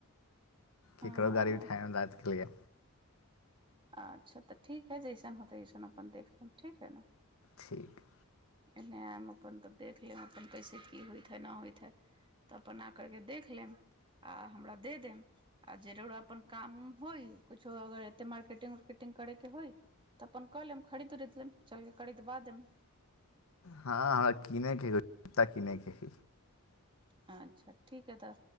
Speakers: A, on the right; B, on the left.
A: अं
B: ककरो गाड़ी उठायमे दादके लिए।
A: अच्छा तऽ ठीक है, जैसन होतै ओसन अपन देख लेब, ठीक है ने।
B: ठीक।
A: एन्नेऽ आयब अपन तऽ देख लेब, अपन कइसे की होइत हइ, ना होइत हइ। तऽ अपन आ कर केऽ देख लेब। आ हमरा दे देम, आ जरूर अपन काम उम होइ, कुछो अगर एते मार्केटिंग उर्केटिंग। करै के होइ, तऽ अपन क लेब खरीद -उरीद लेब चल कर खरीदबा देम।
B: हँ हमरा किनेके ह, जुर्ता कीनय के है।
A: अच्छा ठीक है, तऽ